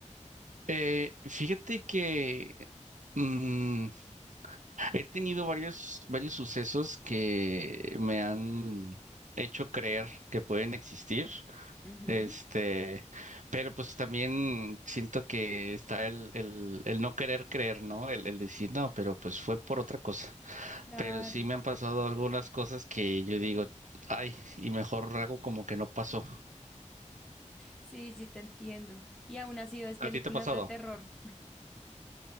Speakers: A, on the right (about 75°); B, in the centre.
A: Eh, fíjate que mm, he tenido varios, varios sucesos que me han hecho creer que pueden existir,
B: Ujú.
A: este, pero pues también siento que está el, el, el no querer creer, ¿no? El, el decir, no, pero pues fue por otra cosa.
B: Claro.
A: pero sí me han pasado algunas cosas que yo digo, ay, y mejor hago como que no pasó.
B: Sí, sí, te entiendo. Y aún así ves películas
A: ¿A ti te ha pasado?
B: de terror.